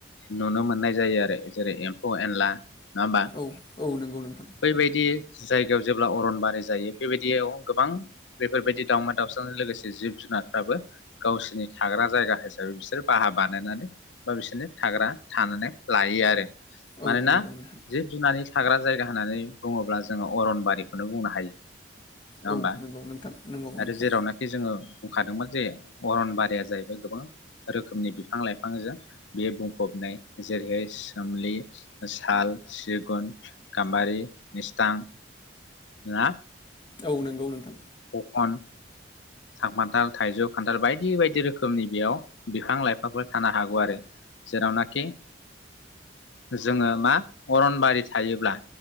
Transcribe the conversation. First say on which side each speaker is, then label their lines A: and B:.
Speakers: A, on the left (about 70°); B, on the left (about 25°).
A: नुनो मोननाय जायो आरो जै एमफौ एनला नंङा होमबा
B: औ औ नंगौ नोंथां
A: बैबादि जायगायाव जेब्ला अरन बारि जायो बेबायदियाव गोबां बेफोरबायदि दावमा दाउसाज लोगोसे जिब जुनारफ्राबो गावसिनि थाग्रा जायगा हिसाबै बिसोरो बाहा बानायनानै बा बिसोनो थाग्रा थानानै लायो आरो
B: औ
A: मानोना
B: नंगौ नोंथां
A: जिब जुनारनि थाग्रा जायग होननानै बुंङोब्ला जोंङो अरनबारिखौनो बुंनो हायो नंङा
B: औ
A: होमबा
B: नंगौ नोंथां नंगौ नोंथां
A: आरो जेरावनाखि जोंङो बुंखादोंमोन जे अरनबारिया जाहैबाय गोबां रोखोमनि बिफां लाइफांजों बियो बुंफबनाय जेरैहाय सोमलि साल सिगुन गाम्बारि मिस्थां ना
B: औ नोंगौ नोंथां
A: अखन सांमान्थाल थाइजौ खान्थाल बायदि बायदि रोखोमनि बेयाव बिफां लाइफांफोर थानो हागौ आरो जेरावनाखि जोंङो मा अरनबारि थायोब्ला